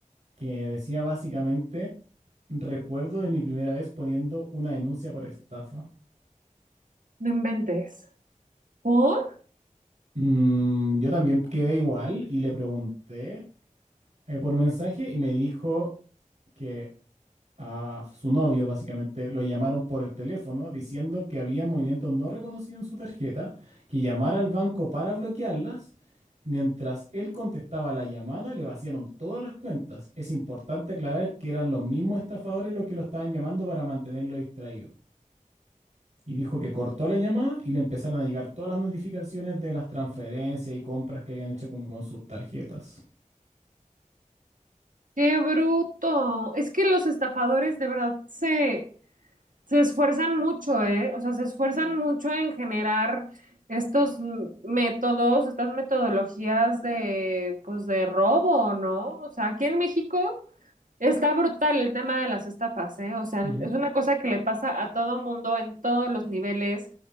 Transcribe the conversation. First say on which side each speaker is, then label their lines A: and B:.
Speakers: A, on the right; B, on the right.
A: que decía básicamente, recuerdo de mi primera vez poniendo una denuncia por estafa.
B: No inventes. ¿Por?
A: Mm, yo también quedé igual y le pregunté. eh, por mensaje y me dijo que a su novio básicamente lo llamaron por el teléfono diciendo que había movimientos no reconocidos en su tarjeta, que llamara al banco para bloquearlas. Mientras él contestaba la llamada, le vaciaron todas las cuentas. Es importante aclarar que eran los mismos estafadores los que lo estaban llamando para mantenerlo distraído. Y dijo que cortó la llamada y le empezaron a llegar todas las notificaciones de las transferencias y compras que habían hecho como con sus tarjetas.
B: ¡Qué bruto! Es que los estafadores de verdad se, se esfuerzan mucho, ¿eh? O sea, se esfuerzan mucho en generar estos mm, métodos, estas metodologías de, pues, de robo, ¿no? O sea, aquí en México. Está brutal el tema de las estafas, ¿eh? O sea,
A: Ujú.
B: es una cosa que le pasa a todo mundo en todos los niveles,